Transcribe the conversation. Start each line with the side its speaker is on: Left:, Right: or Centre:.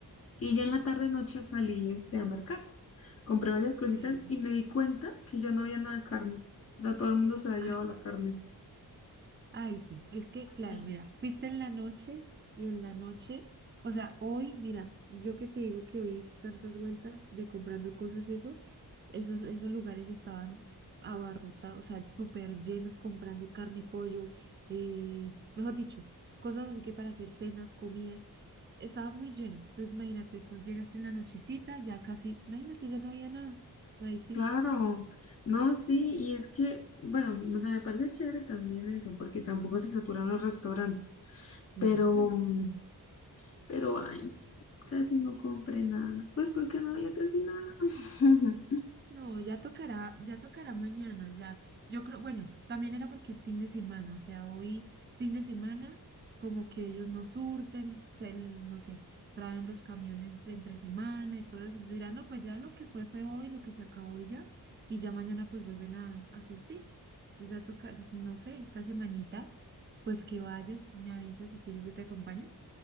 Left: Y ya en la tarde noche salí este a marcar. compré varias cositas
Right: Sí, sí.
Left: y me di cuenta que ya no había nada de carne. O sea, todo el mundo se había
Right: Ah.
Left: llevado la carne.
Right: Ay, sí, es que, claro,
Left: Ay,
Right: mira, fuiste en la noche y en la noche, o sea, hoy, mira, yo que te digo que hoy hice tantas vueltas de comprando cosas y eso, esos, esos lugares estaban abarrotados, o sea, súper llenos comprando carne, pollo, eh, mejor dicho, cosas así que para hacer cenas, comidas, estaba muy lleno. Entonces, imagínate, tú llegaste en la nochecita, ya casi, imagínate, ya no había nada. Ahí sí.
Left: Claro, no,
Right: ah,
Left: sí, y es que, bueno, o sea, me parece chévere también eso, porque tampoco se saturan los restaurantes,
Right: Bueno,
Left: pero,
Right: eso sí.
Left: mm, pero, ay, casi no compré nada, pues porque no había casi nada. <laughs>
Right: No, ya tocará, ya tocará mañana, ya. Yo creo, bueno, también era porque es fin de semana, o sea, hoy fin de semana, como que ellos no surten, se, no sé, traen los camiones entre semana y todo eso. Entonces dirán, no, pues ya lo que fue fue hoy, lo que se acabó y ya, y ya mañana pues vuelven a, a surtir. Entonces ya toca, no sé, esta semanita, pues que vayas, me avisas si quieres, yo te acompaño